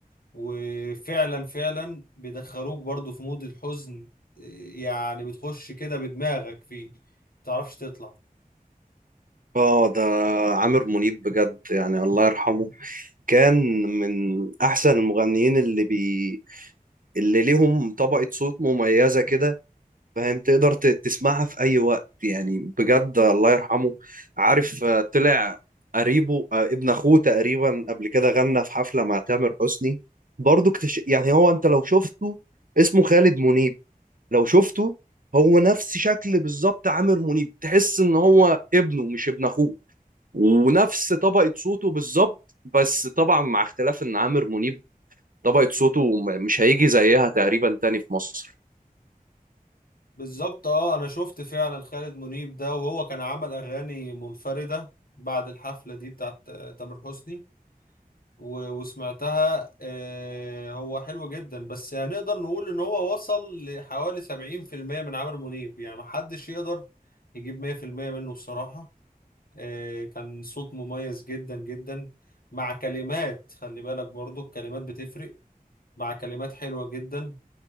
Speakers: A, on the left (about 70°); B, on the right (about 60°).
A: وفعلا فعلا بيدخلوك برضو في مود الحزن إيه، يعني بتخش كده بدماغك فيه متعرفش تطلع
B: آه ده عامر منيب بجد يعني الله يرحمه كان من احسن المغنيين اللي بي... اللي ليهم طبقة صوت مميزة كده فاهم تقدر ت- تسمعها في اي وقت يعني بجد الله يرحمه عارف آه، طلع قريبه آه، ابن اخوه تقريبا قبل كده غنى في حفلة مع تامر حسني برضو اكتش... يعني هو انت لو شفته اسمه خالد منيب لو شفته هو نفس شكل بالظبط عامر منيب تحس ان هو ابنه مش ابن اخوه ونفس طبقة صوته بالظبط بس طبعا مع اختلاف ان عامر منيب طبقة صوته م- مش هيجي زيها تقريبا تاني في مصر
A: بالظبط اه انا شفت فعلا خالد منيب ده وهو كان عمل اغاني منفردة بعد الحفلة دي بتاعت آه، تامر حسني و- وسمعتها آه، هو حلو جدا بس هنقدر نقول ان هو وصل لحوالي 70% من عمرو منيب يعني محدش يقدر يجيب 100% منه بصراحة آه، كان صوت مميز جدا جدا مع كلمات خلي بالك برضو الكلمات بتفرق مع كلمات حلوة جدا